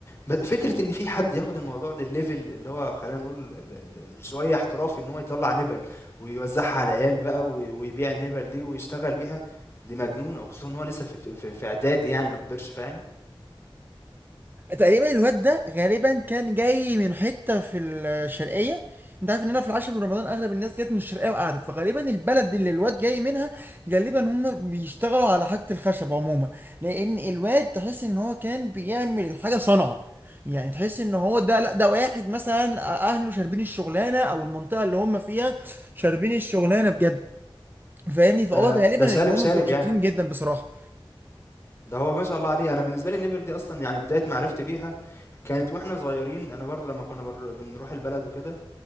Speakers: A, on the left; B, on the right.
A: ب- فكرة ان في حد ياخد الموضوع للليفل اللي هو خلينا نقول ال- ال- ال- شوية احترافي ان هو يطلع نبل ويوزعها على العيال بقى وي- ويبيع النبل دي ويشتغل بيها دي مجنونة وخصوصا ان هو لسه في في في اعدادي يعني ما كبرش فاهم
B: تقريبا الواد ده غالبا كان جاي من حته في الشرقيه انت عارف ان انا في العاشر من رمضان اغلب الناس جت من الشرقيه وقعدت فغالبا البلد اللي الواد جاي منها غالبا هم بيشتغلوا على حاجه الخشب عموما لان الواد تحس ان هو كان بيعمل الحاجه بصنعه يعني تحس ان هو ده لا ده واحد مثلا اهله شاربين الشغلانه او المنطقه اللي هم فيها شاربين الشغلانه بجد فاهمني فهو
A: ده
B: غالبا
A: ده شارب
B: ان هم
A: شارب
B: شاطرين
A: يعني
B: جدا بصراحه
A: ده هو ما شاء الله عليه انا بالنسبه لي النبل دي اصلا يعني بدايه معرفتي بيها كانت واحنا صغيرين انا برضو لما كنا بنر- بنروح البلد وكده